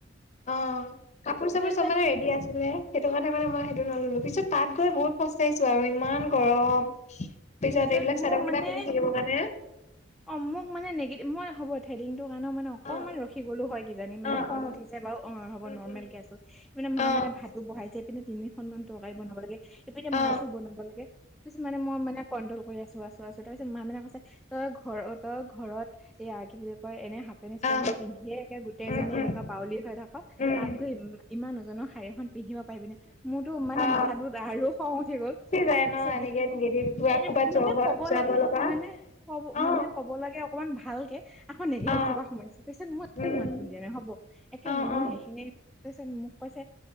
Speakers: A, on the left; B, in the centre.
A: অ কাপোৰ চাপোৰ
B: তাৰপিছত
A: চব মানে ৰেডি আছিলে। সেইটো কাৰণে মানে মই সেইটো নললো পিছত তাত গৈ বহুত পস্তাইছো আৰু ইমান গৰম। পিছত
B: তাৰপিছত
A: এইবিলাক চাদৰ
B: মোক
A: মেখেলা
B: মানে
A: পিন্ধি থাকিব কাৰণে
B: অ মোক মানে নেগেটিভ মই হ'ব থ্ৰেডিংটো। কাৰণেও মানে অকনমান
A: অ
B: ৰখি গলো হয় কিজানি মানে
A: অ
B: খং
A: অ
B: উঠিছে বাৰু অ হ'ব
A: উম
B: নৰ্মেল
A: উম
B: কে আছো মানে মা
A: অ
B: মানে। ভাতো বহাইছে এইপিনে তিনিখনমান তৰকাৰী বনাব লাগে এইপিনে
A: অ
B: মাছো বনাব লাগে তা পিছত মানে মই মানে। কন্ট্ৰল কৰি আছো আছো আছো তাৰপিছত মা মানে কৈছে তই ঘৰত তই ঘৰত এয়া কি বুলি কয় এনে। সাফপেন্ট ইস্পটিং
A: অ
B: পিন্ধিয়ে একে গোটেইজনী
A: উম উম
B: এনেকুৱা বাউলি হৈ থাকক
A: উম
B: তাত গৈ ইমান ওজনৰ শাৰ়ী এখন। পিন্ধিব পাৰিবি নে মোৰতো মানে
A: অ
B: মাথাটোত আৰু খং উঠি গ'ল
A: যায়
B: পিছত।
A: ন এনেকে নিগেটিভ যোৱা
B: এ
A: ক'বাত
B: মানে
A: যাব
B: ক'ব
A: যাব
B: লাগে
A: লগা
B: মানে ক'ব
A: অ
B: মানে ক'ব লাগে অকমান ভালকে আকৌ নিগেটভ
A: অ
B: সোপা সোমাইছো তা পিছত মই একো
A: উম
B: মাত বুলিয়ে নাই হ'ব একে
A: অ
B: মই
A: অ
B: সেইখিনি তা পিছত মোক। কৈছে